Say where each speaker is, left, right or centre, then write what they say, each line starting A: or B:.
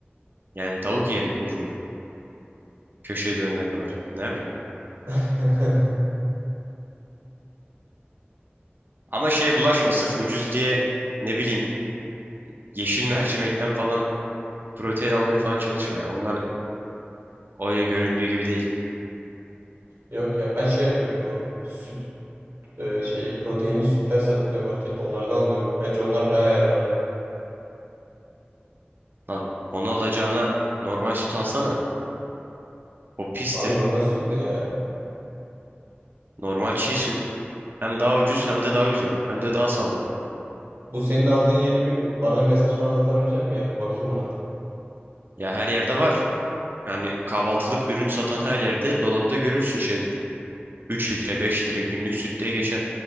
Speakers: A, on the right; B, on the right.
A: Yani tavuk ye mecbur. Köşeye dönene kadar. Ne yapayım?
B: <laughs>
A: Ama şeye bulaşma sırf ucuz diye ne bileyim yeşil <laughs> mercimekten falan protein almaya falan çalışma ya. Onlar öyle göründüğü gibi değil.
B: Yok ya ben şey yapıyorum bu süt e, şeyi proteinli sütler satılıyor markette onlardan alıyorum. Bence onlar baya yararlı.
A: Lan onu alacağına normal süt alsana. O pistir.
B: Abi normal süt ne ya?
A: Normal çiğ süt. Hem daha ucuz hem de daha güzel. Hem de daha sağlıklı.
B: Bu senin aldığın yeri bir bana mesaj falan atabilecek misin ya? Bir bakayım ona.
A: Ya her yerde var. Yani kahvaltılık ürün satan her yerde dolapta görürsün şey. üç litre 5 litre günlük süt diye geçer.